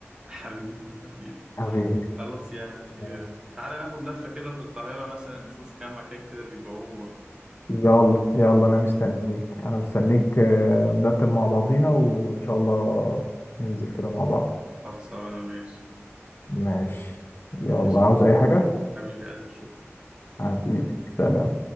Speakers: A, on the right (about 20°); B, on the left (about 50°).
A: <laughs> حبيبي حبيبي
B: حبيبي
A: خلاص يعني
B: ماشي.
A: آه، تعالى ناخد لفة كده في القاهرة مثلا نشوف كام مكان كده بيبيعوه
B: يلا يلا انا مستنيك انا مستنيك آه، نرتب مع بعضينا وان شاء الله ننزل كده مع بعض
A: خلصانة ماشي
B: ماشي يلا
A: ماشي
B: عاوز
A: يا حبيبي
B: اي حاجه
A: حبيبي ألف شكر
B: حبيبي سلام